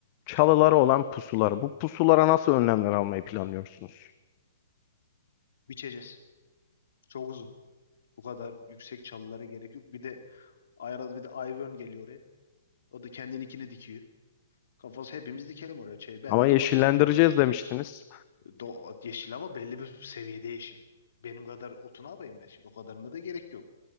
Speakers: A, on the left; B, on the left.
A: çalıları olan pusuları. Bu pusulara nasıl önlemler almayı planlıyorsunuz?
B: Biçeceğiz. Çok uzun. Bu kadar yüksek çalılara gerek yok. Bir de Ayraz bir de Ivern geliyor oraya. O da kendininkini dikiyor. Kafası hepimiz dikelim oraya. Şey, ben
A: Ama
B: de
A: yeşillendireceğiz
B: domates dikeyim oraya.
A: demiştiniz.
B: Do yeşil ama belli bir seviyede yeşil. Benim kadar otunu alayım ben şimdi. O kadarına da gerek yok.